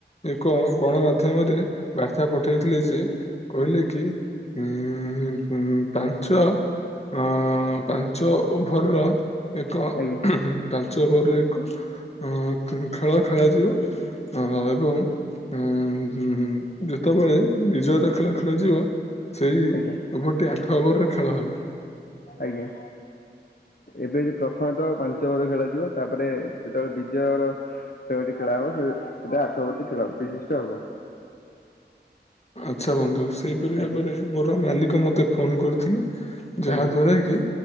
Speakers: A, on the left; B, on the left.
A: ଏକ ଗଣମାଧ୍ୟମରେ ବାର୍ତ୍ତା ପଠାଇଥିଲେ ଯେ କହିଲେ କି ଉଁ-ଉଁ ପାଞ୍ଚ ଅ ପାଞ୍ଚ ଓଭର ର ଏକ
B: ଆଜ୍ଞା
A: ଉଁହୁଁ ପାଞ୍ଚ ଓଭରର ଏକ ଅଂ ଖେଳ ଖେଳାଯିବ ଅଂ ଏବଂ ଉଁ ଯେତେବେଳେ ବିଜୟର ଖେଳ ଖେଳାଯିବ ସେଇ
B: ଆଜ୍ଞା
A: ଓଭରଟି ଆଠ ଓଭରରେ ଖେଳ ହବ।
B: ଆଜ୍ଞା ଏବେ ପ୍ରଥମେ ତ ପାଞ୍ଚ ଓଭର ଖେଳାଯିବ ତାପରେ ଯେତେବେଳେ ବିଜୟର ଖେଳଟି ଖେଳା ହେବ ସେ ସେ ଆଠ ଓଭର ଟି ଖେଳ ବିଶିଷ୍ଟ ହେବ।
A: ଆଚ୍ଛା ବନ୍ଧୁ ସେହିପରି
B: ଆଜ୍ଞା
A: ଭାବରେ ମୋର ମାଲିକ ମୋତେ ଫୋନ୍ କରିଥିଲେ। ଯାହା
B: ଆଜ୍ଞା
A: ଦ୍ବାରା କି